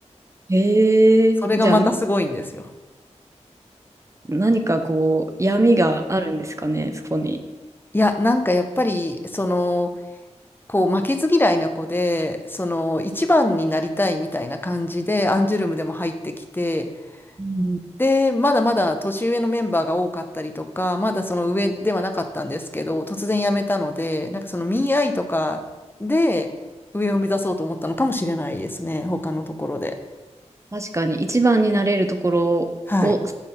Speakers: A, on the right (about 25°); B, on the left (about 15°).
A: へえ、
B: それがまたすごいんですよ。
A: じゃあな何かこう闇があるんですかね、そこに。
B: いや、なんかやっぱり、その、こう、負けず嫌いな子で、その、一番になりたいみたいな感じで、アンジュルムでも入ってきて、
A: うん
B: で、まだまだ年上のメンバーが多かったりとか、まだその上ではなかったんですけど、突然辞めたので、なんかその見合いとかで上を目指そうと思ったのかもしれないですね、他のところで。
A: 確かに一番になれるところを、
B: はい。